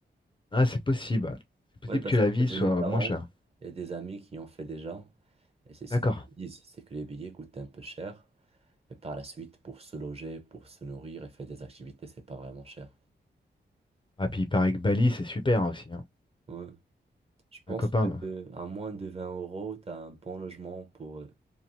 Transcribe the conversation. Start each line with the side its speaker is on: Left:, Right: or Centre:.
Left: Ah, c'est possible. C'est possible
Right: Ouais, parce
Left: que la
Right: qu'en
Left: vie
Right: fait, j'ai
Left: soit
Right: mes parents
Left: moins chère.
Right: et des amis qui ont fait déjà. Et c'est ce
Left: D'accord.
Right: qu'ils disent, c'est que les billets coûtent un peu cher. Mais par la suite, pour se loger, pour se nourrir et faire des activités, c'est pas vraiment cher.
Left: Ah, puis il paraît que Bali, c'est super aussi. hein.
Right: Ouais. Je pense
Left: Un copain.
Right: que euh, à moins de 20 euros, tu as un bon logement pour euh,